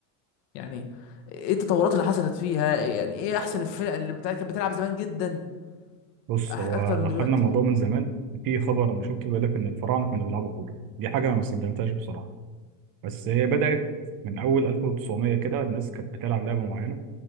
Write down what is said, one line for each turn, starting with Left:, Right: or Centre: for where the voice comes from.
Left: يعني ايه التطورات اللي حصلت فيها يعني ايه احسن الفرق اللي بتاعت- كانت بتلعب زمان جدا
Right: بص
Left: أح-
Right: هو
Left: اكتر من
Right: لو
Left: دلوقتي
Right: خدنا الموضوع من زمان في خبر أنا شفته بيقول لك إن الفراعنة كانوا بيلعبوا كورة دي حاجة أنا ما صدقتهاش بصراحة بس هي بدأت من أول 1900 كده الناس كانت بتلعب لعبة معينة